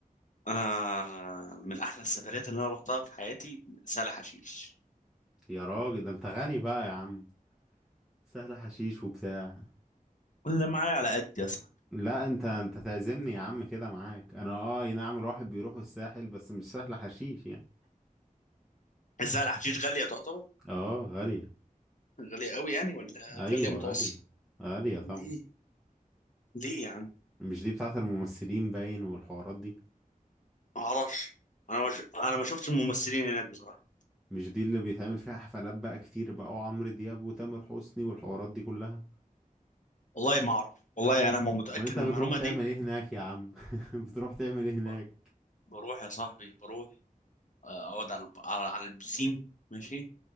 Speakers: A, on the left; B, in the centre.
A: انا من احلى السفريات اللي انا رحتها في حياتي سهل حشيش
B: يا راجل ده انت غني بقى يا عم سهل حشيش وبتاع
A: ولا معايا على قد يا صاحبي
B: لا انت انت تعزمني يا عم كده معاك انا اه أي نعم الواحد بيروح الساحل بس مش سهل حشيش يعني
A: سهل حشيش غاليه تعتبر
B: اه غالية
A: غاليه قوي يعني ولا
B: ايوه
A: غاليه متوسط
B: غالية غالية طبعا
A: ليه ليه يا عم
B: مش دي بتاعت الممثلين باين والحوارات دي
A: ما اعرفش انا ما ش... انا ما شفتش الممثلين هناك بصراحه
B: مش دي اللي بيتعمل فيها حفلات بقى كتير بقى وعمرو دياب وتامر حسني والحوارات دي كلها
A: والله ما اعرف والله انا ما متاكد
B: امال انت
A: من
B: بتروح
A: المعلومه
B: تعمل
A: دي
B: ايه هناك يا عم <laughs> بتروح تعمل ايه هناك
A: ب- بروح يا صاحبي بروح آه، اقعد على الب- على على البسين ماشي